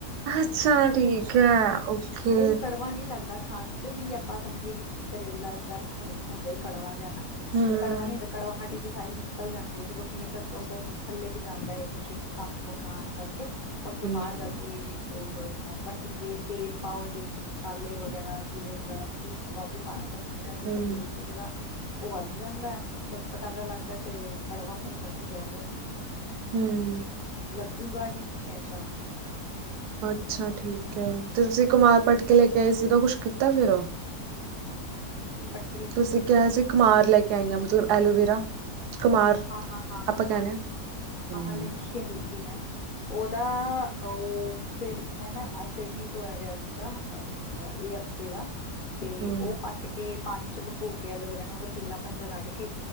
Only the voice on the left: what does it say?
ਓ ਕੜਵਾ ਨੀ ਲੱਗਦਾ ਖਾਣ ਜਬੀ ਆਪਾਂ ਸਮਜੀਏ ਵੀ ਕਰੇਲਾ ਤਰਨ ਹੋਈ ਹੁੰਦਾ ਈ ਕੜਵਾ ਜਾ
ਪਰ ਕੜਵਾ ਨੀ ਹੁੰਦਾ ਕੜਵਾਹਟ ਏਦੀ ਸਾਰੀ ਨਿਕਲ ਜਾਂਦੀ ਐ ਤੇ ਕੁਛ ਮੇਕਅਪ ਪ੍ਰੋਸੈਸ ਥੱਲੇ ਵੀ ਜਾਂਦਾ ਐ ਕੁਛ ਕੰਮ -ਕੁਮ ਆ ਕਰਕੇ ਉਸ ਤੋ
ਬਾਅਦ ਜਾ ਕੇ ਏ ਸਈ ਹੋ ਜਾਂਦਾ ਬਟ ਜ ਤੇਲ ਪਾਓ ਇਦੇ ਵਿੱਚ ਮਸਾਲੇ ਵਗੈਰਾ ਚੀਰੇ ਵਗੈਰਾ ਓ ਵਾਧੂ ਪਾਇਆ ਹੁੰਦਾ ਓਦੇ ਕਰਕੇ
ਇਦਾ ਟੇਸਟ ਜੇੜਾ ਓ ਵੱਧ ਜਾਂਦੈ ਚਟਪਟਾ ਜਾ ਲੱਗਦਾ ਤੇ ਕੜਵਾਪਨ ਜਮਾ ਈ ਗੈਬ ਹੋ ਜਾਂਦੈ।
ਲੱਗੂਗਾ ਹੀ ਨਹੀਂ ਹੈ ਚਾਨ
ਕੀ ਪ <unintelligible>
ਹਾਂ-ਹਾਂ- ਹਾਂ-ਹਾਂ-
ਹਾਂ - ਲੈ ਕੇ ਆਈ ਸੀ ਮੈਂ। ਉਹਦਾ ਉਹ ਸਿਰ ਮੈਂ ਨਾ ਅ ਸਿਰਨੀ ਧੋਇਆ ਗਯਾ ਸੀਗਾ ਅ ਇਹ ਹਫ਼ਤੇ ਦਾ ਤੇ
ਉਹ ਕੱਟ ਕੇ ਪਾਣੀ ਚ ਭਕੋ ਕੇ ਐਲੋਵੇਰਾ ਨੂੰ ਉਹ ਪੀਲਾ ਪੰਜ ਜਾ ਕੱਢ ਕੇ।